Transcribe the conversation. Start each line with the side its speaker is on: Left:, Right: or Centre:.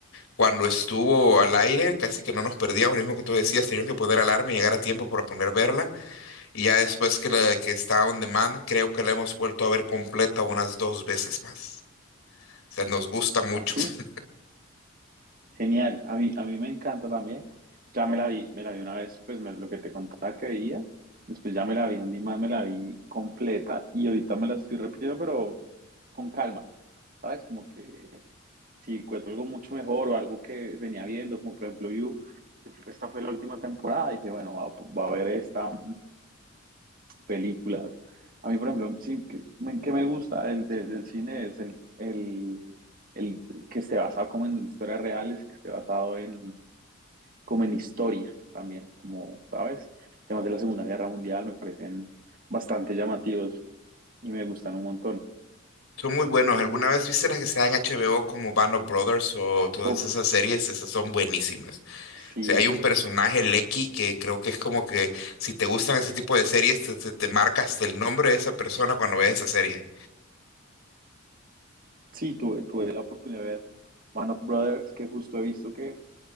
Left: Cuando estuvo al aire, casi que no nos perdíamos, lo mismo que tú decías, teníamos que poner alarma y llegar a tiempo para poner verla. Y ya después que, la- que está on demand, creo que la hemos vuelto a ver completa unas dos veces más. O sea, nos gusta mucho.
Right: Ah, sí,
Left: <laughs>
Right: genial, a mí, a mí me encanta también, ya me la vi, me la vi una vez, pues me- lo que te contaba que veía, después ya me la vi un día más, me la vi completa y ahorita me la estoy repitiendo, pero con calma, ¿sabes? Como que si encuentro algo mucho mejor o algo que venía viendo, como por ejemplo You, que esta fue la última temporada, dije, bueno, va, va a ver estas películas. A mí, por ejemplo, sí, que, me- que me gusta el de- del cine es el, el, el que esté basado como en historias reales, que esté basado en, como en historia también, como, ¿sabes? Temas de la Segunda Guerra Mundial me parecen bastante llamativos y me gustan un montón.
Left: Son muy buenos. ¿Alguna vez viste las que están en HBO como Band of Brothers o todas
Right: Uf,
Left: esas series? Esas son buenísimas.
Right: sí.
Left: sea, hay un personaje, Lecky, que creo que es como que si te gustan ese tipo de series, te, te, te marca hasta el nombre de esa persona cuando ves esa serie.
Right: Sí, tuve, tuve la oportunidad de ver Man of Brothers, que justo he visto que